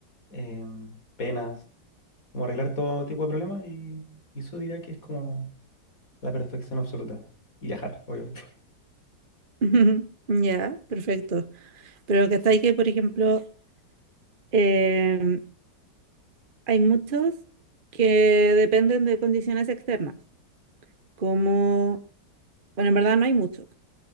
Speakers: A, on the left (about 50°); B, on the right (about 30°).
A: em, penas, como arreglar todo tipo de problemas y, y eso diría que es como la perfección absoluta. Y viajar, obvio. <laughs>
B: <laughs> Ya, perfecto. Pero que hasta ahí que, por ejemplo, em, hay muchos que dependen de condiciones externas, como, bueno, en verdad no hay muchos.